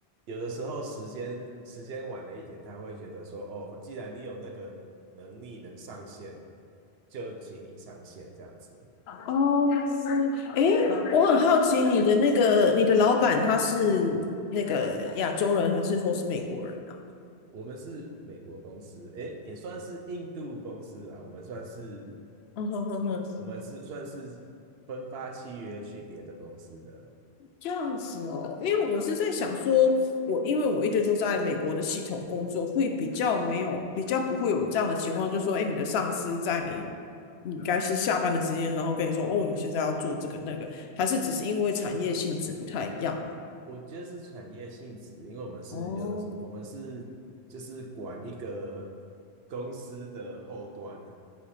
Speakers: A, on the right (about 75°); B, on the left (about 75°).
A: 有的时候时间时间晚了一点，他会觉得说，哦，既然你有那个能力能上线，就请你上线这样子。
B: 哦，哎，我很好奇你的那个你的老板他是那个亚洲人还是说是美国人啊？
A: 我们是美国公司，诶，也算是印度公司啦，我们算是
B: 嗯哼哼哼，
A: 我们是算是分发契约去别的公司的。
B: 这样子哦，因为我是在想说，我因为我一直都在美国的系统工作，会比较没有比较不会有这样的情况，就是说，哎，你的上司在你你应该是下班的时间，然后跟你说，哦，你现在要做这个那个，还是只是因为产业性质不太一样嘛？
A: 我觉得是产业性质，因为我们是有的，
B: 哦，
A: 我们是就是管一个公司的后端，